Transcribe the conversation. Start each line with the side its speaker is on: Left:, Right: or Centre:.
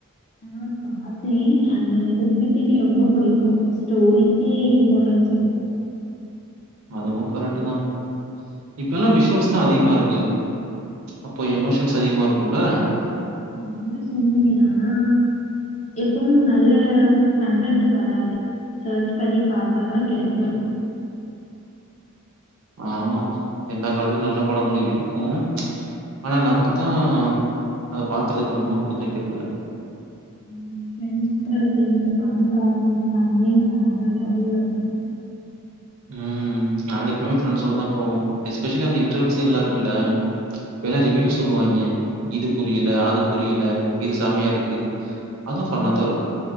Left: ஆஹ் பாத்தேன் அந்த சிம்ப்ளிசிட்டி ரொம்ப பிடிக்கும் ஸ்டோரிக்கே இம்பார்ட்டன்ஸ் இருக்கு
Right: அதுவும் கரெக்ட்டுதா இப்பல்லா விஷுவல்ஸ்தா அதிகமா இருக்கு அப்போ எமோஷன்ஸ் அதிகமா இருக்குல்ல
Left: <unintelligible> சொன்னிய ஆனா எப்பவு நல்ல கன்டன்ட் வராது சர்ச் பண்ணி பாத்தாதா கெடைக்கும்
Right: ஆமா எல்லா காலத்லயும் நல்ல படங்களு இருக்கும் ஆனா நமக்குத்தான் அத பாக்குறதுக்கு என்னமோ குடுத்து வைக்கிறதில்ல
Left: நம்ம ப்ரெண்ட்ஸ் கூட சேந்து படம் பாக்கும் <unintelligible> வேற லெவல்லருக்கு
Right: உம் நாங்க எப்பவும் ஃப்ரெண்ட்ஸோடதா போவோம் எஸ்பெஷலி அந்த இன்டர்வல் சீன்லா இருக்குல்ல இப்பெல்லா
Left: ஆ.
Right: ரிவியூ சொல்லுவாங்கே இது புரியல அது புரியல இது செமையாருக்கு அதுவு ஃபன்னாத்தா இருக்கு